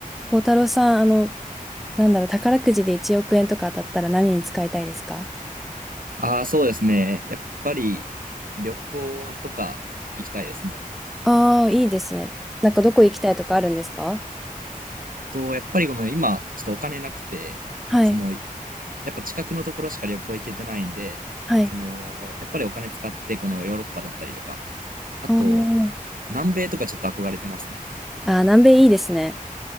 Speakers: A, in the centre; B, on the right (about 70°).
A: 孝太郎さん、あの、なんだろう、宝くじで1億円とか当たったら何に使いたいですか
B: ああ、そうですね。やっぱり旅行とか行きたいですね。
A: ああー、いいですね。なんかどこ行きたいとかあるんですか
B: と、やっぱりこの今、ちょっとお金なくて、
A: はい、
B: その、やっぱ近くのところしか旅行行けてないんで、
A: はい。
B: その、やっぱりお金使って、このヨーロッパだったりとか、あと、
A: あー
B: 南米とかちょっと憧れてますね。
A: あー、南米いいですね。